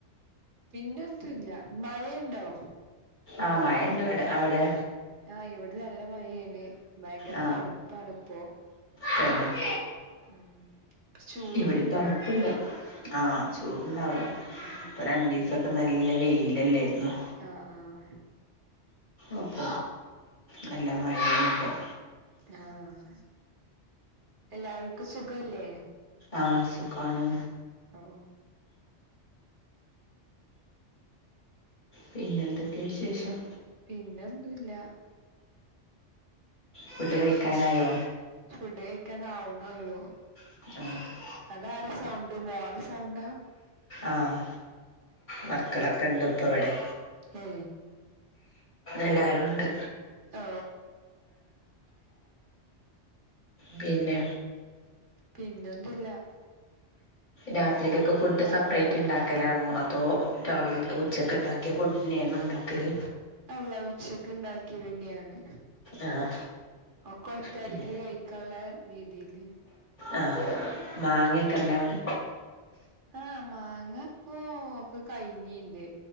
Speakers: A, on the right; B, on the left.
A: പിന്നെന്തുംല്ല മഴെണ്ടോ
B: ആഹ് മഴണ്ട് വടെ അവടെ
A: ആഹ് ഇവിടെ നല്ല മഴേണ് ഭയെങ്കെരെ
B: ആ
A: തണുപ്പാണ്പ്പോ
B: തന്നെ
A: ഉം ചൂടൊന്നും
B: ഇവിടേം
A: ഇല്ല
B: തണുപ്പുണ്ട്
A: ഇപ്പൊ
B: ആഹ് ചൂട്ണ്ടാവൂല
A: ഉം
B: ഇപ്പൊ രണ്ടു ദിവസൊക്കെ നല്ല വെയിലല്ലേയിരുന്നു
A: ആഹ് ആഹ്
B: അപ്പ നല്ല മഴ ആണിപ്പം
A: ആഹ് എല്ലാവർക്കും സുഖല്ലേ
B: ആഹ് സുഖംആണ്
A: ആഹ്
B: പിന്നെ എന്തൊക്കെയാ വിശേഷം
A: പിന്നൊന്നുംല്ല
B: ഫുഡ് കഴിക്കാനായോ
A: ഫുഡ് കഴിക്കാൻ ആവുണൊള്ളൂ
B: ആഹ്
A: അത് ആര സൗണ്ട് മോള സൗണ്ടാ
B: ആഹ് മക്കളൊക്കെ
A: ഓ
B: ഇണ്ട് ഇപ്പ ഇവിടെ
A: ഏ
B: എല്ലാരും ഉണ്ട്
A: ഓ
B: പിന്നെ
A: പിന്നൊന്തില്ല
B: രാത്രിക്കൊക്കെ ഫുഡ് സെപ്പറേറ്റ് ഉണ്ടാക്കലാണോ അതോ രാവിലെ ഉച്ചക്ക് ഉണ്ടാക്കിയ ഫുഡ് തന്നെയാണോ ഉണ്ടാക്കി ക്കല്
A: അല്ല ഉച്ചക്ക് ഉണ്ടാക്കിയത് തന്നെയാണ്
B: ആഹ്
A: ഒക്കെ ഒറ്റടിക്ക്
B: പിന്നെ
A: കഴിക്കാള്ള രീതിയില്
B: ആഹ് മാങ്ങൊക്കെ ഉണ്ടവിടെ
A: ആഹ് മാങ്ങ ഇപ്പോ ഒക്ക കഴിഞ്ഞിണ്ട്